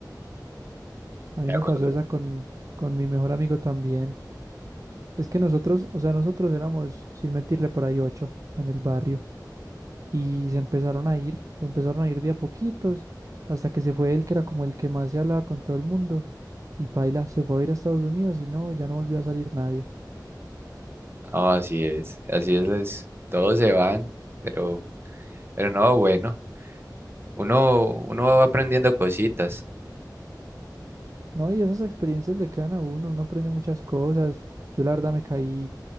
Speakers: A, on the right (about 45°); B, on the right (about 30°).
A: <laughs> A mí
B: Me
A: me
B: acuerdo.
A: pasó esa con, con mi mejor amigo también. Es que nosotros, o sea, nosotros éramos, sin mentirle, por ahí ocho en el barrio. Y se empezaron a ir, se empezaron a ir de a poquitos, hasta que se fue él, que era como el que más se hablaba con todo el mundo. Y paila, se fue a ir a Estados Unidos y no, ya no volvió a salir nadie.
B: No, así es, así es, es, todos se van, pero, pero no, bueno, uno, uno va aprendiendo cositas.
A: No, y esas experiencias le quedan a uno, uno aprende muchas cosas. Yo la verdad me caí